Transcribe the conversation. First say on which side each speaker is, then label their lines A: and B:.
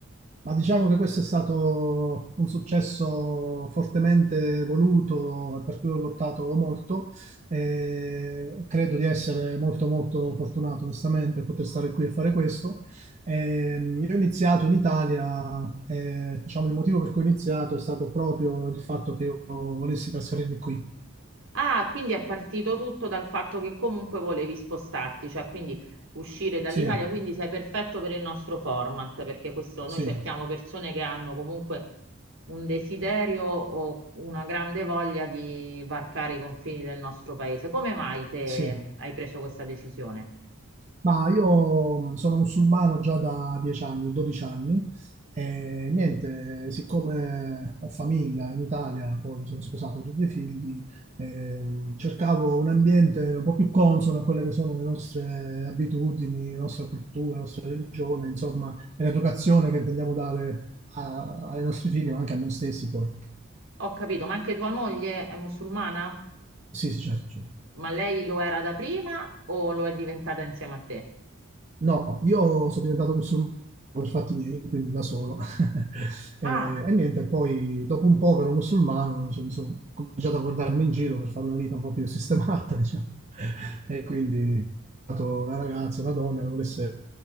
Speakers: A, on the right; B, on the right.
A: Ma diciamo che questo è stato un successo fortemente voluto e per cui ho lottato molto. Eh, credo di essere molto molto fortunato onestamente a poter stare qui e fare questo. Ehm, io ho iniziato in Italia, eh, diciamo il motivo per cui ho iniziato è stato proprio il fatto che io volessi trasferirmi qui.
B: Ah, quindi è partito tutto dal fatto che comunque volevi spostarti, cioè quindi uscire dall'Italia,
A: Sì,
B: quindi sei perfetto per il nostro format, perché questo noi
A: sì,
B: cerchiamo persone che hanno comunque un desiderio o una grande voglia di varcare i confini del nostro paese. Come mai te
A: sì.
B: hai preso questa decisione?
A: Ma io mm, sono musulmano già da 10 anni, 12 anni e niente, siccome ho famiglia in Italia, poi mi sono sposato, ho due figli, ehm, cercavo un ambiente un po' più consono a quelle che sono le nostre abitudini, la nostra cultura, la nostra religione, insomma, e l'educazione che intendiamo dare a- ai nostri figli, ma anche a noi stessi poi.
B: Ho capito, ma anche tua moglie è musulmana?
A: Sì, sì, certo, certo.
B: Ma lei lo era da prima o lo è diventata insieme a te?
A: No, io sono diventato musulmano per fatti miei, quindi da solo. <laughs>
B: Ah,
A: E, e niente, poi dopo un po' che ero musulmano, cioè, mi sono cominciato a guardarmi in giro per fare una vita un po' più sistemata, <laughs> diciamo. E quindi ho trovato una ragazza, una donna che volesse,